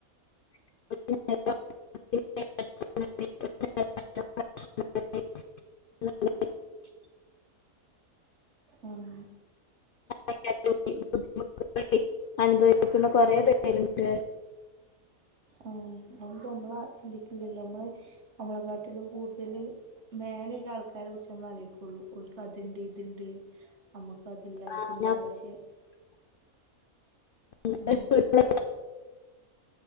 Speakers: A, on the left; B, on the right.
A: <inaudible>
B: ആഹ്
A: റ്റ ബുദ്ധിമുട്ട അനുഭവിക്കുന്ന കുറെ പേരുണ്ട്
B: ആഹ് അമ്പ നമ്മളാ ചിന്തിക്കില്ലല്ലോനമ്മള് നമ്മളക്ക ഇതിലുംകൂടുതല് മേലെ ആൾക്കാരെ കുറിച്ച് നമ്മള് ആലൊയികുള്ളൂ ഓൽക്ക് അത്ണ്ട് ഇ ഇണ്ട് നമ്മക്ക് അതില്ല ഇതില്ല
A: ആഹ്
B: പക്ഷെ
A: നമുക്ക്
B: ഉ